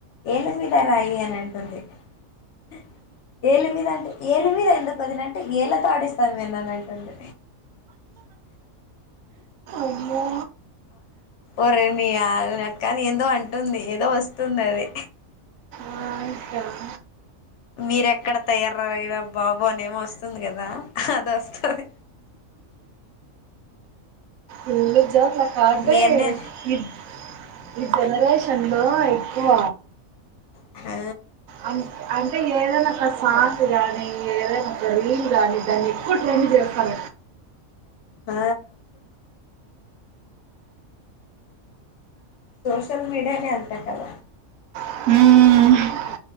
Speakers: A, on the left; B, on the right.
A: ఏళ్ళు మీద అ రాయి అని అంటుందిఏళ్లు మీద అంటే ఏళ్ళ మీద ఎందుకు వదినంటే ఏళ్ళతో ఆడిస్తాను మీఅన్నని అంటుంది
B: అమ్మో
A: ఒరే మీ <unintelligible> ఏదో అంటుంది ఏదో వస్తుంది అది
B: ఆ అక్క
A: మీర ఎక్కడ తయారయినారు ర బాబో అనే ఏదో వస్తుంది కదా అది వస్తుంది
B: <unintelligible>
A: మీ అన్న
B: ఈ జెనరేషన్లో ఎక్కువ
A: ఆ
B: అ అంటే ఏదైన ఒక సాంగ్ గానీ ఏదైనా ఒక రీల్ గానీ దాన్ని ఎక్కువ ట్రెండ్ <unintelligible>
A: ఆ సోషల్ మీడియానేే అంత కాద
B: హు